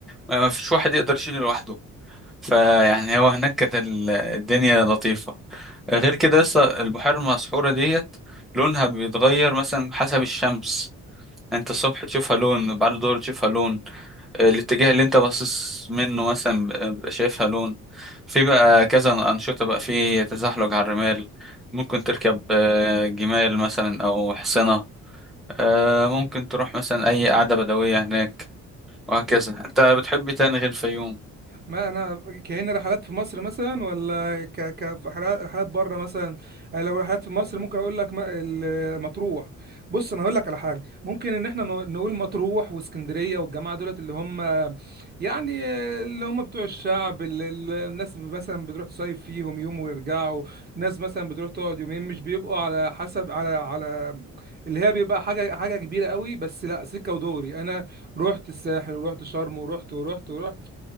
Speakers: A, in the centre; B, on the right.
A: ما فيش واحد يقدر يشيله لوحده فيعني هو هناك كانت ال- الدنيا لطيفة غير كده يسطا البحيرة المسحورة ديت لونها بيتغير مثلا حسب الشمس انت الصبح تشوفها لون بعد الظهر تشوفها لون الاتجاه اللي انت باصص منه مثلا بيبقى شايفها لون في بقى كذا انشطه بقى في تزحلق على الرمال ممكن تركب آه، جمال مثلا او حصنه آه، ممكن تروح مثلا اي قعده بدويه هناك وهكذا انت بتحب إيه تاني غير الفيوم
B: ما انا كهنا رحلات في مصر مثلا ولا ك ك في حلا- رحلات بره مثلا يعني لو رحلات في مصر ممكن اقول لك ما- ال- مطروح بص انا هقول لك على حاجه ممكن ان احنا نق- نقول مطروح واسكندريه والجماعه دولت اللي هم يعني اللي هم بتوع الشعب ال- ال- الناس مثلا بتروح تصيف فيهم يوم ويرجعوا ناس مثلا بتروح تقعد يومين مش بيبقوا على حسب على على اللي هي بيبقى حاجه حاجه كبيره قوي بس لا سكه ودغري انا رحت الساحل ورحت شرم ورحت ورحت ورحت